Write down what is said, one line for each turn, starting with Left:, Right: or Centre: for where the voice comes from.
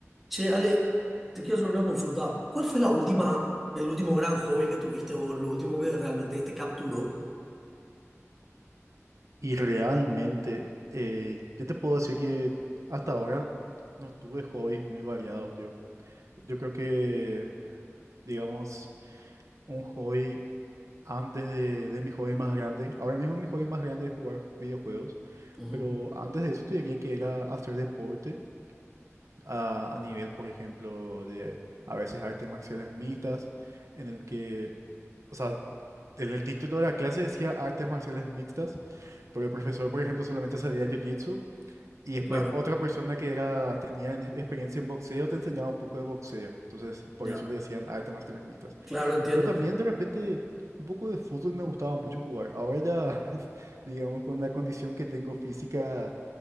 Centre: Che, Ale, te quiero hacer una consulta. ¿Cuál fue la última, el último gran hobby que tuviste o lo último que realmente te capturó?
Right: Y realmente, eh, yo te puedo decir que hasta ahora no tuve hobbies muy variados yo. Yo creo que, digamos, un hobby antes de, de mi hobby más grande, ahora mismo mi hobby más grande es jugar ju- videojuegos,
Centre: Ujú,
Right: pero antes de eso te diría que era hacer deporte a, a nivel, por ejemplo, de a veces artes marciales mixtas, en el que, o sea, en el título de la clase decía artes marciales mixtas, pero el profesor, por ejemplo, solamente sabía jiu-jitsu. Y después
Centre: claro,
Right: otra persona que era, tenía en- experiencia en boxeo te enseñaba un poco de boxeo. Entonces, por
Centre: ya,
Right: eso le decían artes marciales mixtas.
Centre: claro, entiendo.
Right: Pero también de repente un poco de fútbol me gustaba mucho jugar. Ahora ya, <laughs> digamos, con la condición que tengo física,